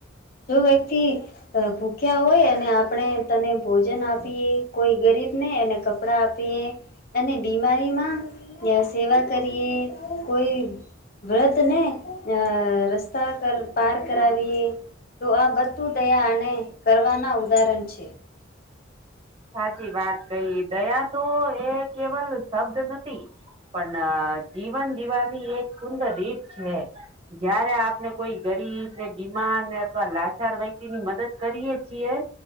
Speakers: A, on the left (about 45°); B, on the right (about 30°).
A: જો વ્યક્તિ ભૂખ્યા હોય અને આપણે તને ભોજન આપીએ કોઈ ગરીબને એને કપડાં આપીએ અને બીમારીમાં સેવા કરીએ, કોઈ વ્રધને અ રસ્તા કર પાર કરાવીએ તો આ બધુ દયા અને કરવાના ઉદાહરણ છે.
B: સાચી વાત કઈ, દયા તો એ કેવલ શબ્દ નથી પણ જીવન જીવાની એક સુંદર રીત છે. જયારે આપને કોઈ ગરીબ ને બીમારને અથવા લાચાર વ્યતિની મદદ કરીએ છીએ